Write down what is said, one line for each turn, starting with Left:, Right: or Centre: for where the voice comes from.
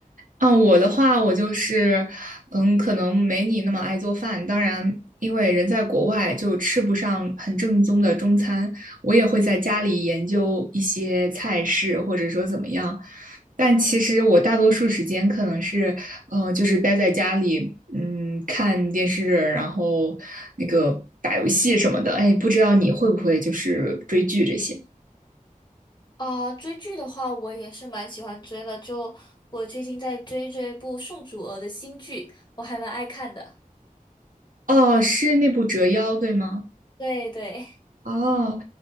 Right: 啊，我的话，我就是，嗯，可能没你那么爱做饭。当然，因为人在国外，就吃不上很正宗的中餐。我也会在家里研究一些菜式，或者说怎么样。但其实我大多数时间可能是，嗯、呃就是待在家里，嗯，看电视，然后那个打游戏什么的。哎，不知道你会不会就是追剧这些？
Left: 啊、追剧的话，我也是蛮喜欢追的，就我最近在追这部宋祖儿的新剧，我还蛮爱看的。
Right: 哦，是那部《折腰》，对吗？
Left: 对对。
Right: 哦，